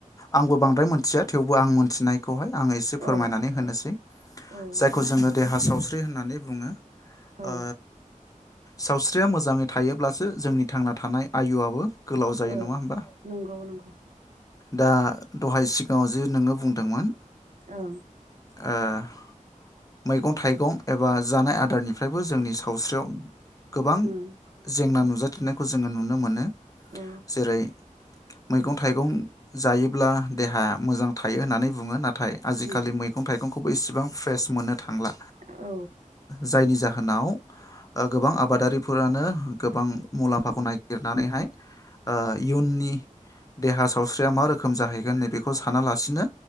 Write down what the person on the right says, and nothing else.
ओ
औ
आगै
औ
औ
नंगौ नंगौ‌
औ।
उम
औ
उम
औ